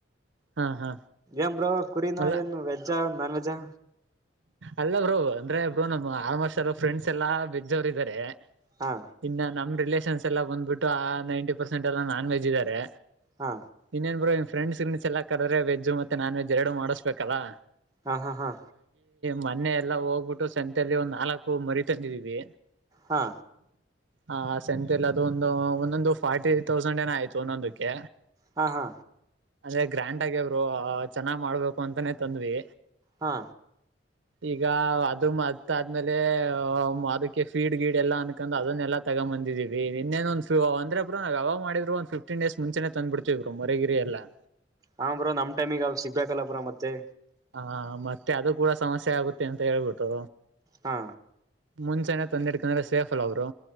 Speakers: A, on the right; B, on the right.
A: ಹಾ ಹಾ
B: ಏನ್್ರ ಕುರಿನಾ
A: ಅಲ್ಲ
B: ಏನು ವೆಜ್ಜಾ ನಾನ್ ವೆಜ್ಜಾ
A: ಅಲ್ಲ ಬ್ರೋ ಅಂದ್ರೆ ಬ್ರೋ ನಮ್ಮ ಆರಮರ್ಷ ಎಲ್ಲ ಫ್ರೆಂಡ್ಸ್ ಎಲ್ಲಾ ಬೆಜೋರು ಇದಾರೆ
B: ಹಾ
A: ಇನ್ನ ನಮ್ ರಿಲೇಷನ್ಸ್ ಎಲ್ಲ ಬಂದ್ಬಿಟ್ಟು ಆ ನೈಂಟಿ ಪರ್ಸೆಂಟ್ ಎಲ್ಲ ನಾನ್ ವೆಜ್ ಇದ್ದಾರೆ
B: ಹಾ
A: ಇನ್ನೇನ್ ಬರೋ ಇನ್ ಫ್ರೆಂಡ್ಸ್ ಚ ಎಲ್ಲ ಕಡದೆ ವೆಜ್ ಮತ್ತ ನಾನ್ ವೆಜ್ ಎರಡು ಮಾಡಿಸ್ಬೇಕಲ್ಲಾ
B: ಹಾ ಹಾ ಹಾ
A: ಮೊನ್ನೆ ಎಲ್ಲಾ ಹೋಗ್ಬಿಟ್ಟು ಸಂತೆಯಲ್ಲಿ ಒಂದ್ ನಾಲ್ಕು ಮರಿ ತಂದಿದೀವಿ
B: ಹಾ
A: ಹ ಸೆಂತಲ್ಲ ಅದು ಒಂದು ಒಂದೊಂದು ಫಾರ್ಟಿ ತೌಸಂಡ್ ಏನ ಆಯ್ತು ಒಂದೊಂದಕ್ಕೆ
B: ಹಾ ಹಾ
A: ಅಂದ್ರೆ ಗ್ರ್ಯಾಂಡ್ ಆಗ್ಯಬ್ರು ಚೆನ್ನಾಗ್ ಮಾಡ್ಬೇಕು ಅಂತಾನೇ ತಂದ್ವಿ
B: ಹಾ
A: ಈಗ ಅದು ಮತ್ತ ಆದ್ಮೇಲೆ ಅದಕ್ಕೆ ಫೀಡ್ ಗೀಡ್ ಎಲ್ಲಾ ಅನ್ಕ್ ಅದನ್ನೆಲ್ಲ ತಗ ಬಂದಿದೀವಿ ನಿನ್ನೇನ್ ಒಂದಂದ್ರ ಬ್ರ ನಾವ ಯಾವ ಮಾಡಿದ್ರು ಒ ಫ್ಟೀನ್ ಡೇ ಮುಚೆ ತಂದ್ ಬಿಡ್ತೀರು ಮರಗಿ ಎಲ್ಲ ಲ್ಲ
B: ಹಾ ಬ್ರೋ ನಮ್ ಟೈಮಿಗೆ ಸಿಗ್ಬೇಕಲ್ಲ ಬ್ರ ಮತ್ತೆ
A: ಹಾ ಮತ್ತೆ ಅದು ಕೂಡ ಸಮಸ್ಯೆ ಆಗುತ್ತೆ ಅಂತ ಹೇಳ್ಬಿಟ್ಟು
B: ಹಾ
A: ಮುಂಚೆ ತ ಒಂದೆರಡ್ಕಂದ್ರೆ ಸೇಫ ಅಲ್ಲ ಅವರು